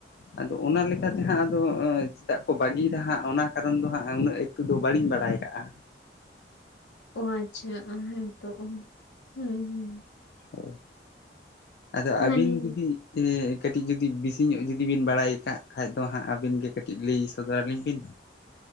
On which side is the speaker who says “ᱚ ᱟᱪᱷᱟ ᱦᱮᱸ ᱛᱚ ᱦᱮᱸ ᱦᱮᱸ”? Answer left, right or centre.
Left